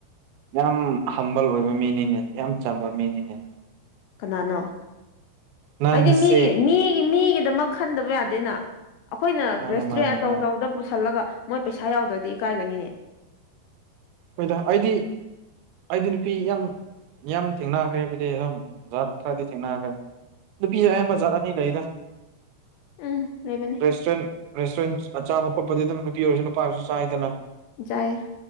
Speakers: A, on the right; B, on the left.
A: ꯌꯥꯝ ꯍꯝꯕꯜ ꯑꯣꯏꯕ ꯃꯤꯅꯤꯅꯦ ꯌꯥꯝ ꯆꯝꯕ ꯃꯤꯅꯤꯅꯦ
B: ꯀꯅꯥꯅꯣ
A: ꯅꯪꯁꯦ
B: ꯍꯥꯏꯗꯤ ꯃꯤꯒꯤ ꯃꯤꯒꯤ ꯃꯤꯒꯤꯗꯃꯛ ꯈꯟꯗꯕ ꯌꯥꯗꯦꯅ ꯑꯩꯈꯣꯏꯅ
A: ꯃꯥꯅꯦ
B: ꯔꯦꯁꯇꯨꯔꯦꯟ
A: ꯃꯥꯅꯦ
B: ꯑꯆꯧ
A: ꯃꯥꯅꯦ
B: ꯑꯆꯧꯕꯗ ꯄꯨꯁꯜꯂꯒ ꯃꯣꯏ ꯄꯩꯁꯥ ꯌꯥꯎꯗ꯭ꯔꯗꯤ ꯏꯀꯥꯏꯒꯅꯤꯅꯦ
A: ꯍꯣꯏꯗ ꯑꯩꯗꯤ ꯑꯩꯗꯤ ꯅꯨꯄꯤ ꯌꯥꯝ ꯌꯥꯝ ꯊꯦꯡꯅꯈ꯭ꯔꯦ ꯍꯥꯏꯕꯗꯤ ꯑꯗꯨꯝ ꯖꯥꯠ ꯈꯔꯗꯤ ꯊꯦꯡꯅꯈ꯭ꯔꯦ ꯅꯨꯄꯤꯁꯦ ꯑꯌꯥꯝꯕ ꯒꯥꯠ ꯑꯅꯤ ꯂꯩꯌꯦꯗ
B: ꯎꯝ ꯂꯩꯕꯅꯦ
A: ꯔꯦꯁꯇꯨꯔꯦꯟ ꯔꯦꯁꯇꯨꯔꯦꯟ ꯑ ꯆꯥꯕ ꯈꯣꯠꯄꯗꯤ ꯑꯗꯨꯝ ꯅꯨꯄꯤ ꯑꯣꯏꯔꯁꯨ ꯅꯨꯄꯥ ꯑꯣꯏꯔꯁꯨ ꯆꯥꯏꯗꯅ
B: ꯖꯥꯏꯌꯦ